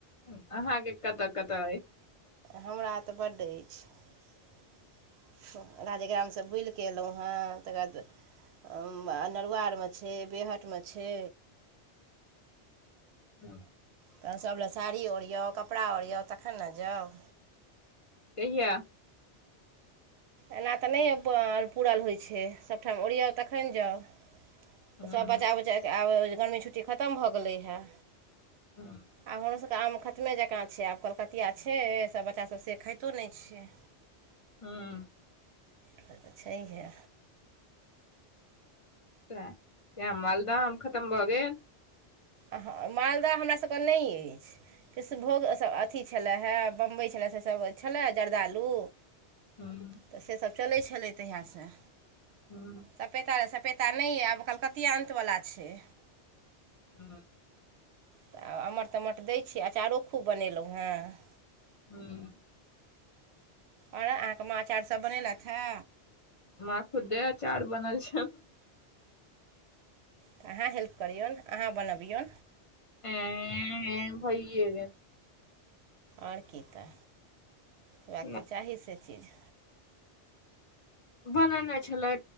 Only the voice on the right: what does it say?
हमरा तऽ बड्डे अछि राजग्राम से बुलिकऽ एलौं हें तकर बाद अ नरुआरमे छै बेहटमे छै
तऽ सभ लए साड़ी ओरियौ कपड़ा ओरियौ तखन ने जाउ
एना तऽ नहि प पूरल होइ छै सभठाम ओरियउ तखन जाउ
सभ बचा उचा कऽ आब गर्मी छुट्टी खतम भऽ गेलैए आय
हमरा सब आम खतमे जकाँ छै आब कलकतिया छै सब बच्चा सब से खाइतो नहि छै
तऽ छैहे
अह मालदह हमरासभके नहि अछि कृष्णभोग सभ अथी छलए हे बम्बई छलए सेसभ छलय जर्दालू
तऽ सेसभ चलै छलै तहियाससँ
सपेता आर सप पेता नहि यऽ आब कलकतिया अन्तवला छै
तऽ आ अमट तमट दैत छी अँचारो खूब बनेलहुँ हें
आ अहाँके माँछ आरसभ बनेलथि हे
तऽ अहाँ हेल्प करियौ अहाँ बनबियौ
आओर की तऽ
हएह तऽ चाही से चीज